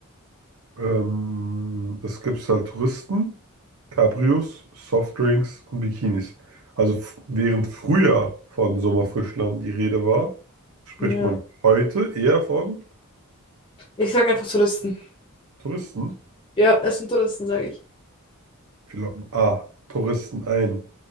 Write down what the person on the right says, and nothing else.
ähm, es gibt halt Touristen, Cabrios, Softdrinks und Bikinis. Also f- während früher von Sommerfrischlamm die Rede war, spricht
man heute eher von
Touristen.
Wir locken A, Touristen ein